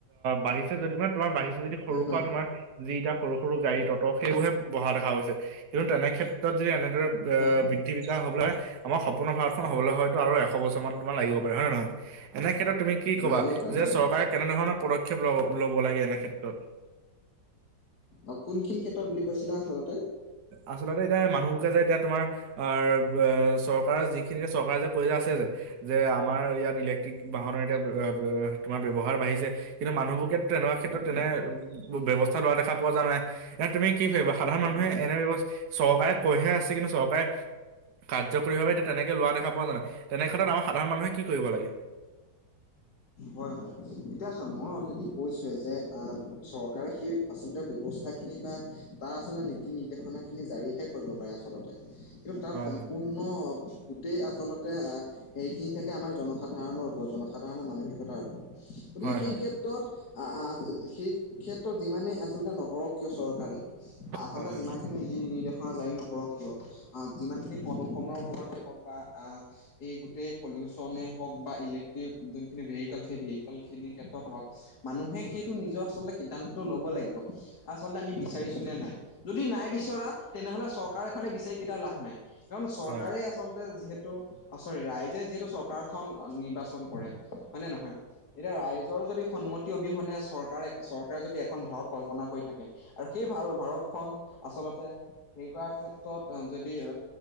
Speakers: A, on the right (about 65°); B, on the left (about 60°).
A: বাঢ়িছে যদি মানে তোমাৰ বাঢ়িছে যদি সৰু
B: হয় হয়
A: খোৱা তোমাৰ যিকিটা সৰু সৰু গাড়ী ততক সেইবোৰহে বহা দেখা গৈছে কিন্তু তেনেক্ষত্ৰত যদি এনে <inaudible>
B: হয়
A: বৃদ্ধি হব হয় আমাৰ সম্পূৰ্ণ ভাৰতখন হ'বলৈ হয়তো আৰু এশ বছৰ মান তোমাৰ লাগিব পাৰে হয় নহয়? এনে ক্ষেত্ৰত তুমি কি কবা
B: লাগিব পাৰে
A: যে
B: হয়।
A: চৰকাৰে কেনে ধৰণৰ পদক্ষেপ লব লব লাগে এনে ক্ষেত্ৰত?
B: অ, কোনখিনি ক্ষেত্ৰত বুলি কৈছিলে আচলতে?
A: আচলতে এতিয়া মানুহবোৰকে যে এতিয়া তোমাৰ অ, চৰকাৰৰ যিখিনিকে চৰকাৰ যে পইচা আছে যে, যে আমাৰ ইয়াত ইলেক্ট্ৰিক বাহনৰ এতিয়া তোমাৰ ব্যৱহাৰ বাঢ়িছে, কিন্তু মানুহবোৰ তেনেকুৱা ক্ষেত্ৰত তেনে
B: হয়
A: ব্যৱস্থা লোৱা দেখা পোৱা যোৱা নাই। এ তুমি কি ভাবিবা সাধাৰণ মানুহে
B: হয়।
A: এনে ব্যৱস্থা চৰকাৰে কৈহে আছে কিন্তু চৰকাৰে কাৰ্যকৰীভাৱে এতিয়া তেনেকে লোৱা দেখা পোৱায় তেনেক্ষেত্ৰত আমাৰ সাধাৰণ মানুহে কি কৰিব লাগে?
B: হয় হয় এতিয়া চোৱা মই অলৰেডি কৈছোৱে যে চৰকাৰে সেই আচলতে ব্যৱস্থাখিনি বা তাৰ আচলতে নীতি নিৰ্দেশনা খিনি জাৰিহে কৰিব পাৰে আচলতে কিন্তু তাৰ
A: হয়
B: সম্পূৰ্ণ গোটেই আচলতে আহ সেইখিনি থাকে আমাৰ জনসাধাৰণৰ ওপৰত জনসাধাৰণৰ মানসিকতাৰ ওপৰত গতিকে
A: হয়
B: সেই
A: হয়
B: ক্ষেত্ৰত আহ সেই ক্ষেত্ৰত যিমানে আচলতে নকৰক চৰকাৰে আচলতে
A: হয় হয়
B: যিমানখিনি নিৰ্দেশনা জাৰি নকৰক কিয় আহ যিমান খিনি প্ৰদূ্ষৰ ওপৰতে হওক বা আহ এই গোটেই পলিউচনে হওক বা ইলেক্ট্ৰিক যোনখিনি ভেহিকেল সেই ভেহিকে ক্ষেত্ৰত হওক মানুহে সেইটো নিজৰ আচলতে সিদ্ধান্ত লব লাগিব আচল্ততে আমি বিচাৰিছে নাই যদি নাই বিচৰা তেনেহলে চৰকাৰ এখনে বিচাৰি কেেইতিও লাভ নাই কাৰণ চৰকাৰে
A: হয়
B: আচলতে যিহেতু ৰাইজে যিহেতু চৰকাৰখন নিৰ্বাচন কৰে হয় ন নহয় এতিয়া ৰাইৰ ভতৰ যদি সন্মতি অবিহনে চৰকাৰে চৰকাৰে যদি এখন ভাৰত কল্পনা কৰি থাকে আৰু সেই ভাল ভাৰতখনন আচলতে সেই কৰা ক্ষেত্ৰত যদি